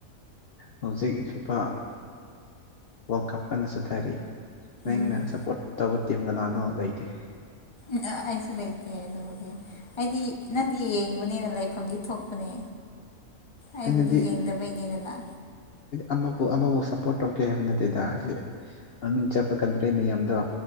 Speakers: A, on the left; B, on the left.
A: ꯍꯧꯖꯤꯛ ꯐꯤꯐꯥ ꯋꯥꯔꯜ ꯀꯞ ꯀꯟꯅ ꯆꯠꯊꯔꯤ ꯅꯪꯅ
B: ꯎꯝ
A: ꯁꯞꯄꯣꯔꯠ ꯇꯧꯕ ꯇꯤ ꯀꯅꯥꯅꯣ ꯂꯩꯇꯦ
B: ꯎ ꯑꯁꯨ ꯂꯩꯥꯏꯇꯦ ꯑꯗꯨꯦ ꯑꯩꯗꯤ ꯅꯪꯗꯤ ꯌꯦ ꯇꯅꯦꯅ ꯂꯩꯐꯝꯗꯤ ꯊꯣꯛꯄꯅꯦ ꯑꯩꯕꯨꯗꯤ
A: ꯑꯩꯅꯗꯤ
B: ꯌꯦꯡꯗꯕꯩꯅꯦꯗꯅ
A: ꯑꯃꯕꯨ ꯑꯃꯕꯨ ꯁꯞꯄꯣꯔꯠ ꯇꯧꯔꯛꯀꯦ ꯍꯥꯏꯕ ꯅꯠꯇꯦꯗ ꯑꯁꯤ ꯃꯃꯤꯡ ꯆꯠꯄ ꯀꯟꯗ꯭ꯔꯔꯤ ꯃꯌꯥꯝꯗꯣ